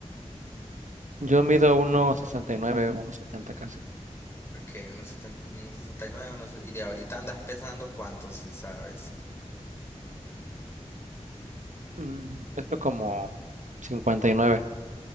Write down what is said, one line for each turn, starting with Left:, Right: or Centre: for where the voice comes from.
Right: Yo mido uno sesenta y nueve uno setenta casi.
Left: Ok, unos sesenta unos 69 unos, y de ahorita andas pesando cuánto, si sabes,
Right: Mm, Esto como 59,